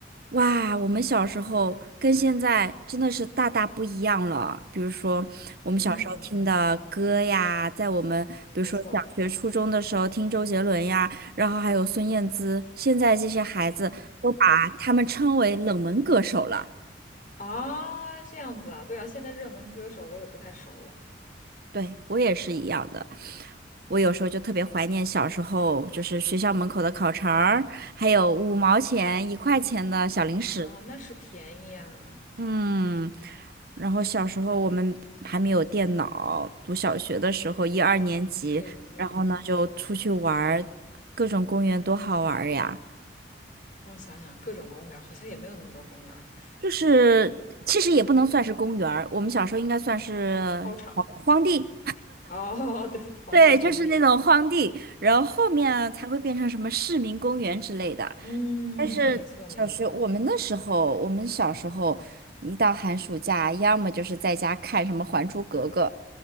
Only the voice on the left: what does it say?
嗯，
没错
啊，这样子啊，对啊，现在热门歌手我也不太熟了
啊，那是便宜啊，
对对对对，
我想想，各种公园儿好像也没有那么多公园儿，
操场
哦，<laughs> 对，皇帝皇帝，
嗯，
没错没错，